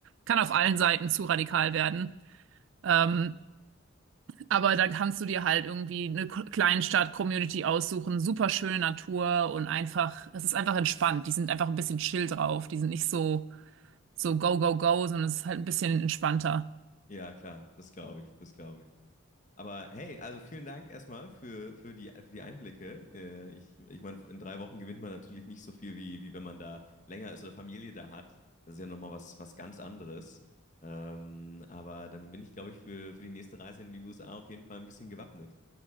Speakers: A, on the right; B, on the left.
A: kann auf allen Seiten zu radikal werden. Ähm, aber da kannst du dir halt irgendwie eine K- Kleinstadt-Community aussuchen, super schöne Natur und einfach, es ist einfach entspannt. Die sind einfach ein bisschen chill drauf. Die sind nicht so, so go, go, go, sondern es ist halt ein bisschen entspannter.
B: ja, klar, das glaube ich, das glaube ich. Aber hey, also vielen Dank erstmal für, für die, für die Einblicke. Äh, ich ich meine, in drei Wochen gewinnt man natürlich nicht so viel, wie, wie wenn man da länger ist oder Familie da hat. Das ist ja nochmal was, was ganz anderes. Ähm, aber dann bin ich, glaube ich, für, für die nächste Reise in die USA auf jeden Fall ein bisschen gewappnet.